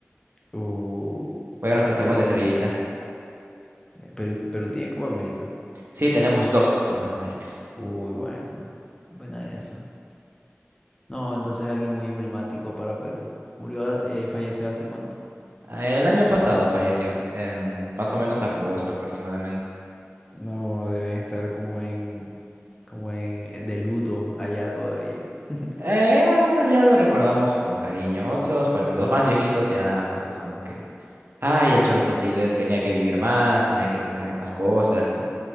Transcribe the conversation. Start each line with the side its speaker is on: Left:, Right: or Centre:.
Left: Uh,
Right: Fue nuestra
Left: buenísimo.
Right: segunda estrellita.
Left: Perú, Perú tiene Copa América.
Right: Sí, tenemos dos Copas Américas.
Left: Uy, buena. Buena eso. No, entonces alguien muy emblemático para Perú. Murió, eh, falleció hace cuánto.
Right: Ah, El año pasado falleció, en más o menos agosto aproximadamente.
Left: No, deben estar como en, como en de luto allá todavía. <laughs>
Right: Eh, algunos ya lo recordamos con cariño, otros, bueno, los más viejitos ya pues es como que, ay, el Cholo Sotil, él tenía que vivir más, tenía que tener más cosas y